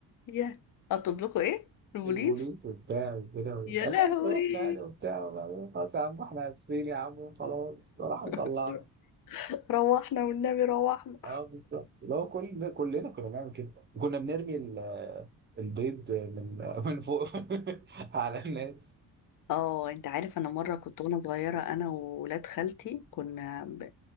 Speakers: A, on the left (about 45°); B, on the right (about 20°).
A: يا اطلب لكم ايه البوليس
B: البوليس وبتاع وكده
A: يا
B: عشان
A: لهوي
B: يخوفنا يعني وبتاع وبعدين خلاص يا عم احنا اسفين يا عم خلاص راح مطلعنا
A: <laughs> روحنا والنبي روحنا
B: اه بالظبط لو كل كلنا كنا بنعمل كده وكنا بنرمي ال- البيض من من فوق <laughs> على الناس
A: اه انت عارف انا مره كنت وانا صغيره انا وولاد خالتي كنا ب...